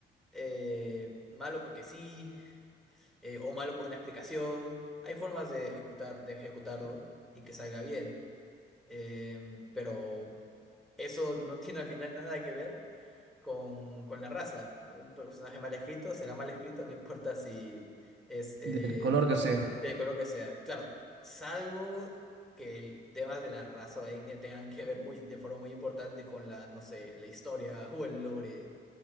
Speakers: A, in the centre; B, on the right (about 65°).
A: eh, malo porque sí, eh, o malo por una explicación. Hay formas de ejecutar, de ejecutarlo y que salga bien, Em, pero eso no tiene al final nada que ver con, con la raza. Un personaje mal escrito será mal escrito, no importa si es eh,
B: del color que sea.
A: del color que sea. Claro, salvo que el tema de la raza o etnia tengan que ver muy, de forma muy importante con la, no sé, la historia o el lore